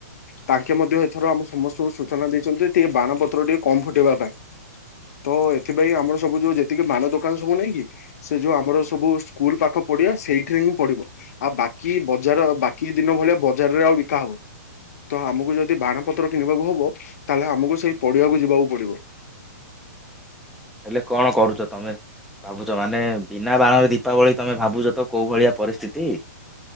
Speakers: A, on the left; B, in the centre.
A: ତାଙ୍କେ ମଧ୍ୟ ଏଥର ଆମ ସମସ୍ତଙ୍କୁ ସୂଚନା ଦେଇଛନ୍ତି ଟିକେ ବାଣ ପତ୍ର ଟିକେ କମ ଫୁଟେଇବା ପାଇଁ। ତ ଏଥିପାଇଁ ଆମର ସବୁ ଯୋଉ ଯେତିକି ମାନ ଦୋକାନ ସବୁ ନାଇଁ କିି ସେ ଯୋଉ ଆମର ସବୁ ସ୍କୁଲ ପାଖ ପଡିଆ। ସେଇଥିରେହିଁ ପଡିବ ଆଉ ବାକି ବଜାର ବା କି ଦିନଭଳିଆ ବଜାରରେ ଆଉ ବିକା ହବ ତ ଆମକୁ ଯଦି ବାଣ ପତ୍ର କିଣିବାକୁ ହବ। ତାହେଲେ ଆମକୁ ସେଇ ପଡିଆକୁ ଯିବାକୁ ପଡିବ।
B: ହେଲେ କଣ କରୁଚ ତମେ? ଭାବୁଛ ମାନେ ବିନା ବାଣରେ ଦୀପାବଳି ତମେ ଭାବୁଛ ତ କୋଉ ଭଳିଆ ପରିସ୍ଥିତି।